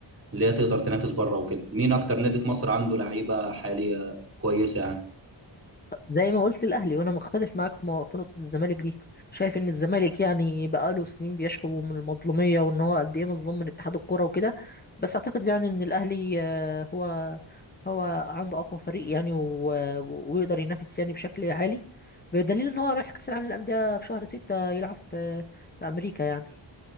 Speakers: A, on the right; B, on the left.
A: اللي هي تقدر تنافس بره وكده مين اكتر نادي في مصر عنده لعيبه حاليه كويسه يعني
B: زي ما قلت الاهلي وانا مختلف معاك في مو- في نقطه الزمالك دي شايف ان الزمالك يعني بقاله سنين بيشكو من المظلوميه وان هو قد ايه مظلوم من اتحاد الكوره وكده بس اعتقد يعني ان الاهلي آه، هو هو عنده اقوى فريق يعني و- ويقدر ينافس يعني بشكل عالي بدليل ان هو رايح كاس العالم للانديه في شهر ستة يلعب في في امريكا يعني